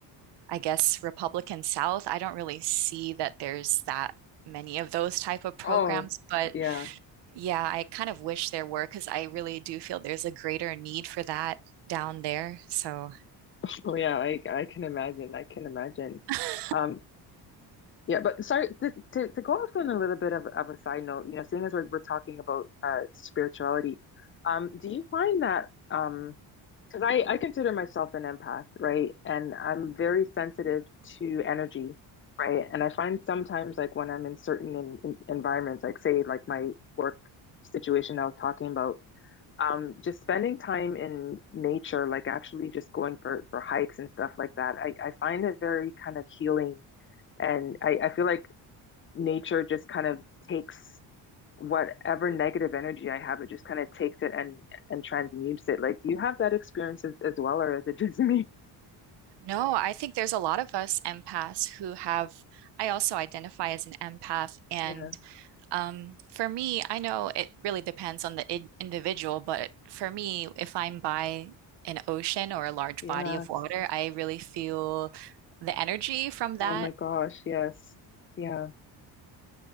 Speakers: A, on the right; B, on the left.
A: I guess, Republican South, I don't really see that there's that many of those type of programs.
B: Oh,
A: But
B: yeah.
A: yeah, I kind of wish there were because I really do feel there's a greater need for that down there. So
B: Oh, yeah. I, I can imagine. I can imagine.
A: <laughs>
B: Um, yeah, but sorry to, to, to go off on a little bit of, of a side note, you know, seeing as we're, we're talking about uh, spirituality, um, do you find that um, Because I, I consider myself an empath, right? And I'm very sensitive to energy, right? And I find sometimes, like when I'm in certain in, in environments, like say, like my work situation I was talking about, um, just spending time in nature, like actually just going for for hikes and stuff like that, I, I find it very kind of healing. And I, I feel like nature just kind of takes whatever negative energy I have, it just kind of takes it and and transmutes it. Like, do you have that experience as, as well, or is it just <laughs> me?
A: no, I think there's a lot of us empaths who have, I also identify as an empath and
B: Yeah.
A: Um, for me, I know it really depends on the i individual, but for me, if I'm by an ocean or a large
B: Yes.
A: body of water, I really feel the energy from
B: Oh
A: that.
B: my gosh. Yes. Yeah.